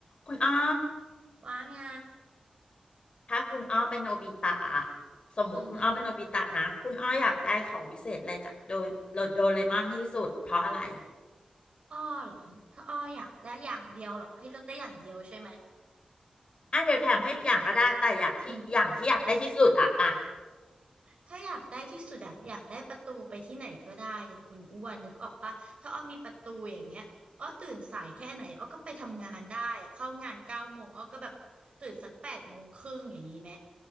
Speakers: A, on the left; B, on the right.
A: คุณอ้อ
B: ว่าไง
A: ถ้าคุณอ้อเป็นโนบิตะอะสมมุติคุณอ้อเป็นโนบิตะนะคุณอ้ออยากได้ของวิเศษอะไรจากโดโดโดเรมอนที่สุดเพราะอะไร
B: อือหืออ้อเหรอถ้าอ้ออยากได้อย่างเดียวเหรอให้เลือกได้อย่างเดียวใช่ไหม
A: อ่ะเดี๋ยวแถมให้อีกอย่างก็ได้แต่อยากที่อย่างที่อยากได้ที่สุดอ่ะอ่ะ
B: <laughs> ถ้าอยากได้ที่สุดอะอยากได้ประตูไปที่ไหนก็ได้อย่างคุณอ้วนนึกออกปะถ้าอ้อมีประตูอย่างเงี้ยอ้อตื่นสายแค่ไหนอ้อก็ไปทำงานได้อะเข้างานเก้าโมงอ้อก็แบบตื่นสักแปดโมงครึ่งอย่างนี้ไหม